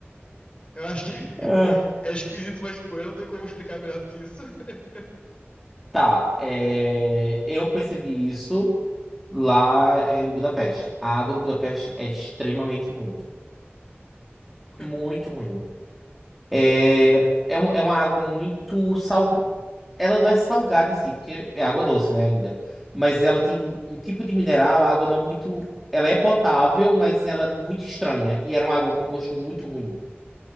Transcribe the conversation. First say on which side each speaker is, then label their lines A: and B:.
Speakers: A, on the left; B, in the centre.
A: Eu acho que <laughs>
B: Ah,
A: é esquisito, mas pô, eu não tenho como explicar melhor do que isso. <laughs>
B: Tá, é, eu percebi isso lá é, em Budapeste. A água de Budapeste é extremamente ruim.
A: Porra.
B: Muito ruim. É, é, um- é uma água muito sal, Ela não é salgada em si, porque é água doce, né, ainda. Mas ela tem um tipo de mineral, a água não é muito. Ela é potável, mas ela é muito estranha. E era uma água com gosto muito ruim.